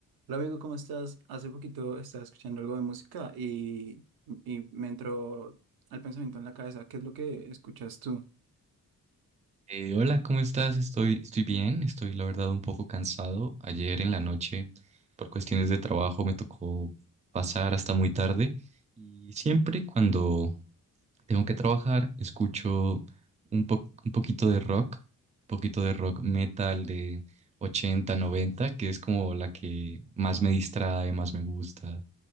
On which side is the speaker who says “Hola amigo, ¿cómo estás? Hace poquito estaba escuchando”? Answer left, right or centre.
Right